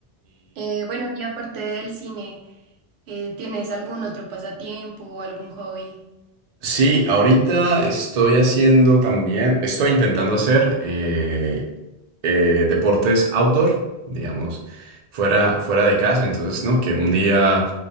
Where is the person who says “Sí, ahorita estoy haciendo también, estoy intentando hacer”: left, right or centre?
Right